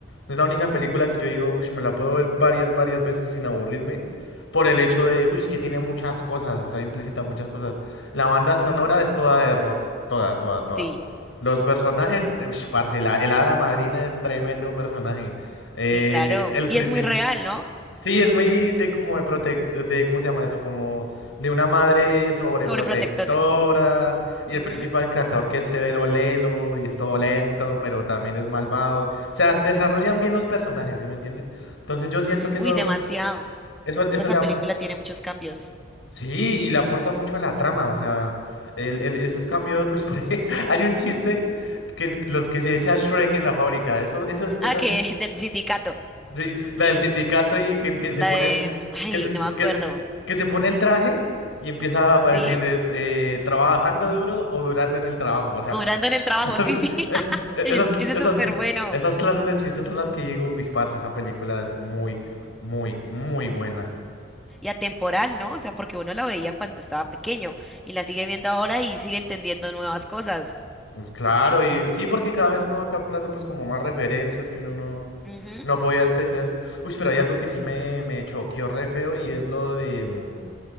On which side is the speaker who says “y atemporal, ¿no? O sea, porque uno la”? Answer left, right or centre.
Centre